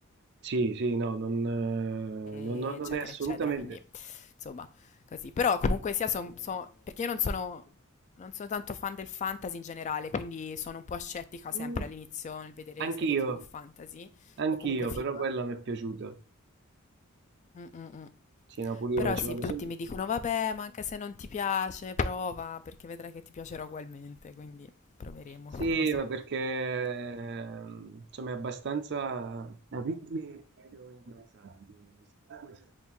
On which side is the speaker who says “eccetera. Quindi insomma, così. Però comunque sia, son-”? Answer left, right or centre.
Left